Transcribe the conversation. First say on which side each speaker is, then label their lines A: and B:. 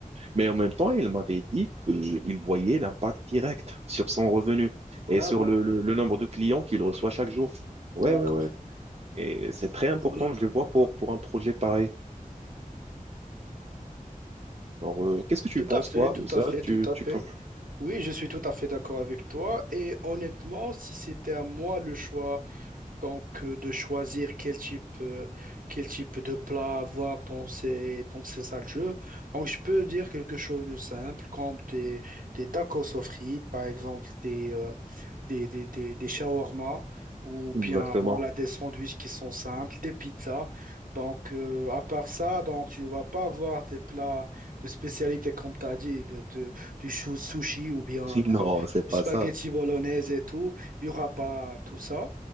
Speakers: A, on the right (about 45°); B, on the right (about 70°).
A: Mais en même temps, il m'avait dit qu'il voyait l'impact direct sur son revenu et
B: Ah
A: sur
B: bon.
A: le, le, le nombre de clients qu'il reçoit chaque jour. Ouais,
B: D'accord.
A: ouais, ouais. ouais. Et c'est très important,
B: Tout
A: je le vois, pour, pour un projet pareil. Alors, euh, qu'est-ce que tu penses,
B: à fait,
A: toi,
B: tout
A: de ça?
B: à fait, tout
A: Tu,
B: à
A: tu
B: fait.
A: penses
B: Oui, je suis tout à fait d'accord avec toi. Et honnêtement, si c'était à moi le choix, donc euh, de choisir quel type, euh, quel type de plat avoir dans ces, dans ces salles de jeu, donc je peux dire quelque chose de simple, comme des, des tacos aux frites, par exemple, des. euh, des, des, des, des shawarma ou
A: exactement.
B: bien voilà
A: <laughs>
B: des sandwichs qui sont simples, des pizzas. Donc, euh, à part ça, donc, tu vas pas avoir des plats de spécialité, comme tu as dit, de, de- du chou- sushi ou bien du,
A: Non, c'est
B: du
A: pas
B: spaghetti
A: ça.
B: bolognaise et tout. Il y aura pas tout ça.